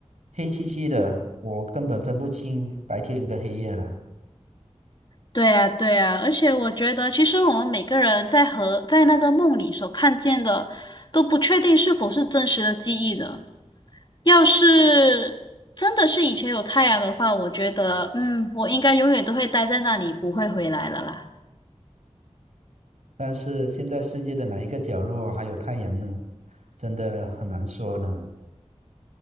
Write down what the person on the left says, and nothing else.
对呀，对呀，而且我觉得，其实我们每个人在和在那个梦里所看见的，都不确定是否是真实的记忆的。要是真的是以前有太阳的话，我觉得，嗯，我应该永远都会待在那里，不会回来了啦。